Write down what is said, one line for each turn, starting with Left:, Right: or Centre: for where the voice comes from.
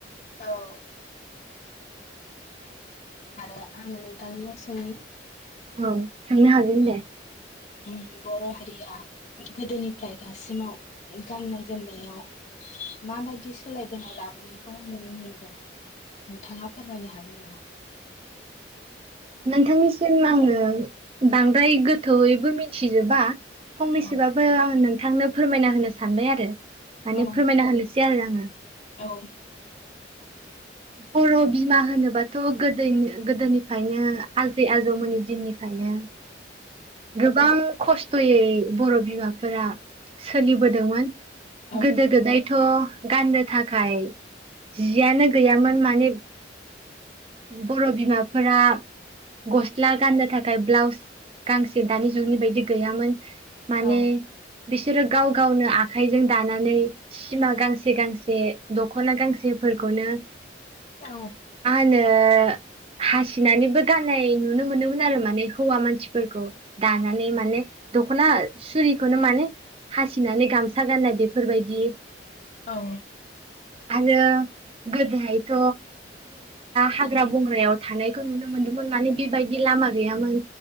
Left: औ आरो आङो नोंथांनियाव सोंनि
Right: औ सोंनो हागोन दे,
Left: <unintelligible> बर' हारिया, गोदोनिफ्राय दासिमाव गाननाय जोमनायाव माबायदि सोलाय बोनाय लाबोनायखौ नुनो मोनदों नोंथाङा फोरमायनो हागोन नामा?
Right: नोंथांनिसिम आङो बांद्राय गोथ बयबो मिथिजोबा फंनैसोबाबो
Left: औ
Right: आं नोंथांनो फोरमायना होनो सानबाय आरो माने
Left: औ
Right: फोरमायना होनोसै आरो आङो
Left: औ
Right: बर' बिमा होनोबाथ' गोद -गोदोनिफ्रायनो आजै आजौमोननि दिननिफ्रायनो गोबां खस्थ'यै बर' बिमाफोरा सोलिबोदोंमोन।
Left: औ
Right: गोदो -गोदाय थ' गाननो थाखाय जियानो गैयामोन माने बर' बिमा <unintelligible> गस्ला गाननो थाखाय ब्लाउस गांसे दानि जुगनि बायदि बिदि गैयामोन माने
Left: औ
Right: बिसोरो गाव- गावनो आखाइजों दानानै सिमा गांसे गांसे दखना गांसेफोरखौनो
Left: औ
Right: <unintelligible> हासिनानैबो गाननाय नुनो मोनोमोन आरो माने हौवा मानसिफोरखौ दानानै माने दखना सुरि <unintelligible> माने हासिनानै गामसा गाननाय बेफोरबायदि
Left: औ
Right: आरो गोदोहायथ' हाग्रा बंग्रा <unintelligible> थानायखौ नुनो मोन्दोंमोन माने बेबायदि लामा गैयामोन।